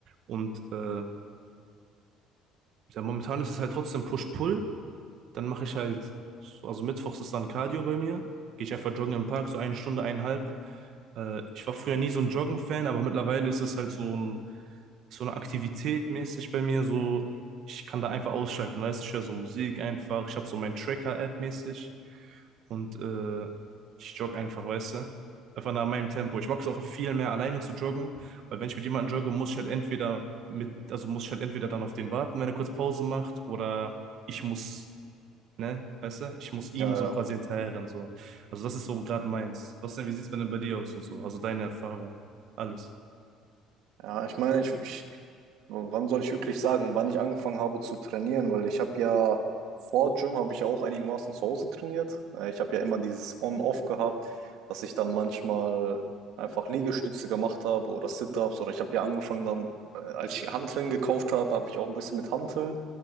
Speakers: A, on the right; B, on the right.
A: Und äh, ja, momentan ist es halt trotzdem Push-Pull, dann mache ich halt, so, also mittwochs ist dann Cardio bei mir. Gehe ich einfach joggen im Park, so eine Stunde, eineinhalb. Äh, ich war früher nie so ein Joggen-Fan, aber mittlerweile ist es halt so ein, so eine Aktivität mäßig bei mir. So, ich kann da einfach ausschalten, weißt du, ich höre so Musik einfach. Ich habe so mein Tracker-App mäßig und äh, ich jogge einfach, weißt du. Einfach nach meinem Tempo. Ich mag es auch viel mehr alleine zu joggen, weil wenn ich mit jemandem jogge, muss ich halt entweder mit, also muss ich halt entweder dann auf den warten, wenn er kurz Pause macht, oder ich muss ne? Weißt du? Ich muss ihm
B: Ja,
A: so
B: ja,
A: quasi hinterherrennen, so. Also das ist so gerade meins. Was denn, wie sieht's bei denn bei dir aus und so? Also deine Erfahrung, alles.
B: Ja, Ja, ich meine, ich, ich W- wann soll ich wirklich sagen, wann ich angefangen habe zu trainieren, weil ich habe ja vor Gym habe ich ja auch einigermaßen zu Hause trainiert. Äh, Ich habe ja immer dieses On-Off gehabt, dass ich dann manchmal einfach Liegestütze gemacht habe oder Sit-Ups oder ich habe ja angefangen dann, äh, als ich Hanteln gekauft habe, habe ich auch ein bisschen mit Hanteln.